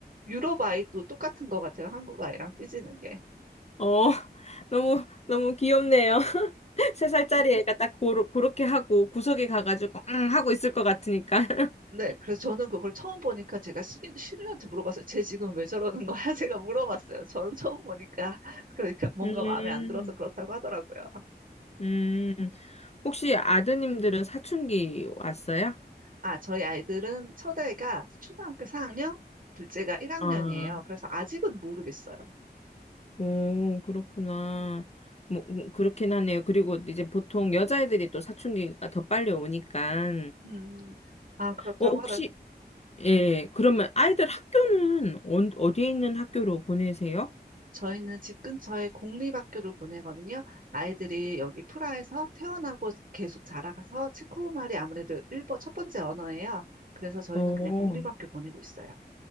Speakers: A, on the right; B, on the left.
A: 유럽 아이도 똑같은 것 같아요. 한국 아이랑 삐지는 게.
B: 어, 너무, 너무 귀엽네요. <laughs> 세 살짜리 애가 딱 고로, 그렇게 하고 구석에 가가지고, 앙 하고 있을 것 같으니까. <laughs>
A: 네, 그래서 저는 그걸 처음 보니까 제가 신우, 신우한테 물어봤어요. 쟤 지금 왜 저러는 거야? <laughs> 제가 물어봤어요. 저는 처음 보니까 <laughs> 그러니까 뭔가
B: 음,
A: 마음에 안 들어서 그렇다고 하더라고요.
B: 음. 혹시 아드님들은 사춘기 왔어요?
A: 아, 저희 아이들은 첫애가 초등학교 4학년, 둘째가 1학년이에요.
B: 아,
A: 그래서 아직은 모르겠어요.
B: 오, 그렇구나. 뭐, 음, 그렇긴 하네요. 그리고 이제 보통 여자애들이 또 사춘기가 더 빨리 오니까.
A: 음, 아, 그렇다고
B: 어, 혹시,
A: 하더라고요.
B: 예, 그러면 아이들 학교는 언- 어디에 있는 학교로 보내세요?
A: 저희는 집 근처에 공립학교를 보내거든요. 아이들이 여기 프라에서 태어나고 계속 자라가서 체코말이 아무래도 일본 첫 번째 언어예요. 그래서 저희는
B: 어,
A: 그냥 공립학교 보내고 있어요.